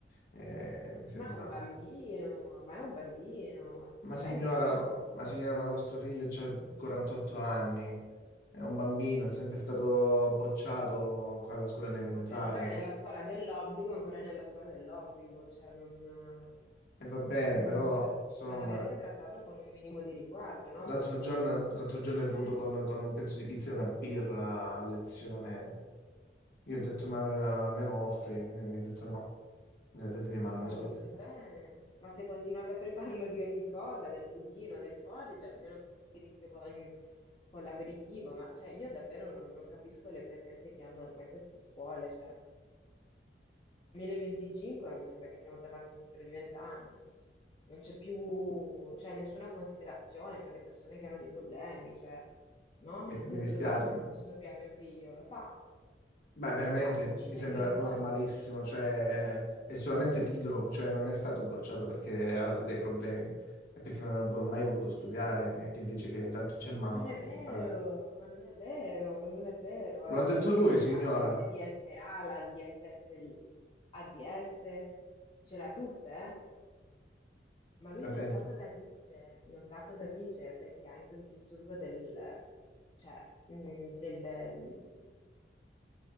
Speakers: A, on the left (about 55°); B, on the left (about 30°).
A: Eh, mi sembra...
B: Ma è un bambino, ma è un bambino,
A: Ma
B: mi
A: signora,
B: venga incontro.
A: ma signora, ma vostro figlio ha 48 anni, è un bambino, è sempre stato bocciato qua alla scuola elementare.
B: Ma se è ancora
A: no?
B: nella scuola dell'obbligo, è ancora nella scuola dell'obbligo, cioè non...
A: E va bene,
B: Comunque,
A: però
B: dov-
A: insomma,
B: ma dovreste trattarlo con un minimo di riguardo, no?
A: l'altro
B: Poi conoscendo
A: giorno,
B: anche
A: l'altro
B: tutti i
A: giorno
B: problemi.
A: è venuto con, con un pezzo di pizza e una birra a lezione. Io ho detto, ma almeno offri, e mi ha detto no, me l'ha detto mia mamma
B: Ma
A: i
B: lo
A: soldi.
B: credo bene. Ma se continuate a privarlo di ogni cosa, del budino, del porridge, almeno venisse con, con l'aperitivo. Ma cioè, io davvero non, non capisco le pretese che hanno ormai queste scuole, cioè... 2025 mi sembra che siamo tornati indietro di 20 anni. Non c'è più, cioè, nessuna considerazione per le persone che hanno dei problemi, cioè, no?
A: Mi,
B: Lo,
A: mi dispiace,
B: lo sa quanti
A: ma,
B: disturbi ha mio figlio, lo sa,
A: ma veramente
B: lo sa, ci
A: mi
B: venga
A: sembra
B: incontro.
A: normalissimo, cioè è solamente pigro, cioè non è stato bocciato perché ha dei problemi, è perché non ha vo- mai voluto studiare e che dice che tanto c'è mamma
B: Ma non è
A: che,
B: vero,
A: che paga.
B: ma non è vero, ma non è vero,
A: Lo
B: ha
A: ha
B: la
A: detto
B: DSA,
A: lui, signora.
B: l'SDSA, la DSS, l'ADS, ce l'ha tutte, eh? Ma lui
A: Va
B: non
A: bene,
B: sa cosa dice, non sa cosa dice perché ha anche un disturbo del, cioè, mh, del, mh,